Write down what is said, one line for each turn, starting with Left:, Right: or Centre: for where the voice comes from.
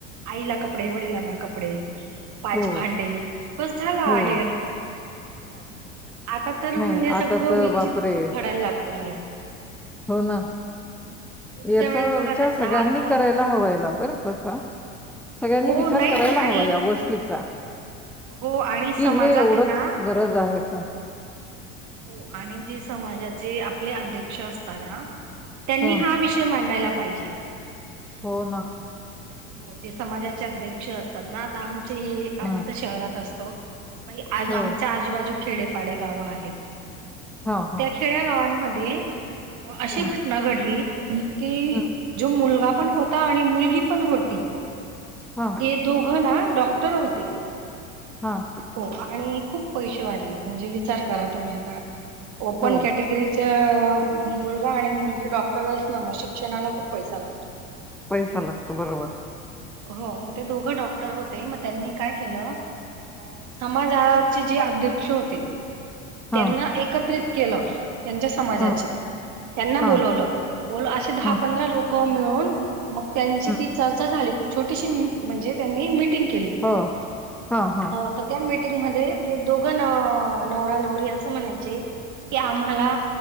Right: आईला कपडे, वडिलांना कपडे. पाच
Centre: हो
Right: भांडे बस झाला
Centre: हो
Right: आहेर. हो, आता तर
Centre: नाही
Right: म्हणजे सगळं
Centre: आता तर
Right: विचित्रच
Centre: बापरे
Right: घडायला लागलेय.
Centre: हो ना.
Right: पूर्वीच्या
Centre: याचा
Right: वेळेस बघा
Centre: विचार
Right: ताई
Centre: सगळ्यांनी
Right: दहा तर
Centre: कराय या ब सगळ्यांनी
Right: हो
Centre: विचार
Right: नाही
Centre: करायला
Right: आणि
Centre: हवा या गोष्टीचा.
Right: हो आणि समाजात
Centre: कि हे एवढं
Right: आहे ना
Centre: गरज आहे का?
Right: हो आणि जे समाजाचे आपले अध्यक्ष असतना त्यांनी
Centre: हं,
Right: हा विषय मांडायला पाहिजे.
Centre: हो ना.
Right: हो जे समाजाचे अध्यक्ष असतात ना आता आमचे हे आम्ही
Centre: हं,
Right: तर शहरात असतो. म आ
Centre: हो.
Right: आमच्या आजूबाजू खेडेपाडे गाव आहेत.
Centre: हां,
Right: त
Centre: हां.
Right: त्या खेड्यागावांमध्ये अशी
Centre: हं,
Right: घटना घडली कि
Centre: हं.
Right: जो मुलगा पण होता आणि मुलगी पण होती
Centre: हां,
Right: ते दोघं ना डॉक्टर होते.
Centre: हा.
Right: हो आणि खूप पैशे वाले म्हणजे विचार करा तुम्ही आता ओपन
Centre: हो,
Right: कॅटेगरी च्या मुलगा आणि मुलगी डॉक्टर असण म शिक्षणाला खूप पैसा लागतो.
Centre: पैसा लागतो बरोबर.
Right: हो म ते दोघं डॉक्टर होते मग त्यांनी काय केलं अ समाजाचे जे अध्यक्ष होते त्यांना
Centre: हां,
Right: एकत्रित केलं त्यांच्या समाजाचे
Centre: हां,
Right: त्यांना
Centre: हां,
Right: बोलवलं. बोल असे दहा
Centre: हां.
Right: पंधरा लोक मिळून मग त्यांची
Centre: हं,
Right: ती चर्चा झाली. छोटीशी म्हणजे त्यांनी मिटिंग केली
Centre: हो. हां, हां,
Right: हो त्या मीटिंगमध्येध्ये ते दोघं न नवरा नवरी असं म्हणायचे की आम्हाला